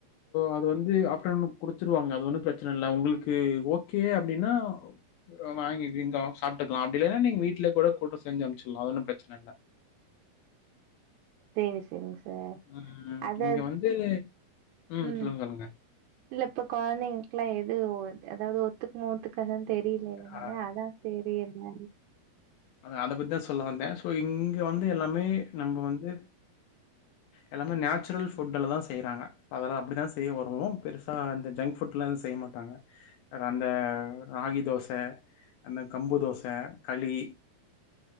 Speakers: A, on the left; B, on the right.
A: அது வந்து அ ஒு குடுத்துருவாங்க அது ஒன்னும் பிரச்சனை இல் உங்களுக்கு ஓகே அப்படின்னா் வாங்கிங்க சாப்பிட்டுக்கலாம் அப்படி இல்லைன்னா நீங்க வீட்டுலயே கூட கூட்டம் செஞ்சு அனுச்சிடலாம் அது ஒன்னும் பிரச்சனை இல்ல
B: சரி சரிங்கஸ்
A: ம்.
B: அத
A: இங்க வந்து ம்.
B: உம்
A: சொல்லுங்க, சொல்லுங்க.
B: இல்லப்ப குழந்தைங்களுக்குல்லாம் எது அதாவது க்கு மோத்து கன் தெரியல இல்லைங்களா
A: ஆ
B: அதான் சரி எல்ல
A: அதான் அத பத்தி தான் சொல்ல வந்தேன் சோ இங்க வந்து எல்லாமே நம்ம வந்து எல்லாமே நேச்சுரல் ஃபுட் எல்லதான் செய்யறாங்க அதெல்லாம் அப்படிதான் செய்ய வருவோம் பெருசா இந்த ஜங்க் ஃபுட் எலாம்வும் செய்ய மாட்டாங்க அந்த ராகி தோசை கம்பு தோசை களி